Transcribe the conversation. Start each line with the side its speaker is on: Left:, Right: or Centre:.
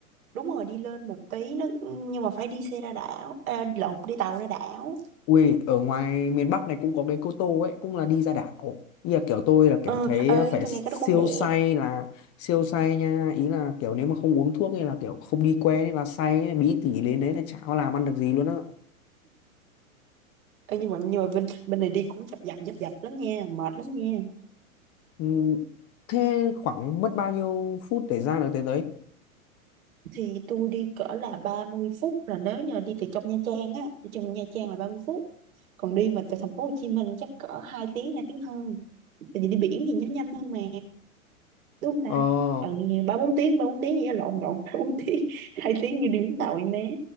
Right: đúng rồi đi lên một tí nó nhưng mà phải đi xe ra đảo à, lộn đi tàu ra đảo
Left: ui ở ngoài miền Bắc này cũng có cái Cô Tô ấy cũng là đi ra đảo Ý là kiểu tôi là kiểu
Right: ừ,
Left: thấy
Right: ơi
Left: phải
Right: tôi
Left: siêu
Right: nghe cái đó cũng đẹp
Left: say là siêu say nha ý là kiểu nếu mà không uống thuốc hay là kiểu không đi quen ấy là say ấy, bí tỉ đến đấy là chả có làm ăn được gì luôn á
Right: Ê, nhưng mà nhưng mà bên bên này đi cũng chập dập dập dập lắm nha mệt lắm nha
Left: ừ. thế khoảng mất bao nhiêu phút để ra được tới đấy
Right: thì tôi đi cỡ là ba mươi phút là nếu như đi từ trong Nha Trang á đi trong Nha Trang là ba mươi phút còn đi mà từ thành phố Hồ Chí Minh chắc cỡ hai tiếng 2 tiếng hơn tại vì đi biển thì nó nhanh hơn mà đúng không ta
Left: ờ
Right: ừ ba bốn tiếng ba bốn tiếng vậy lộn lộn <laughs> ba bốn tiếng <laughs> hai tiếng như đi Vũng Tàu em bé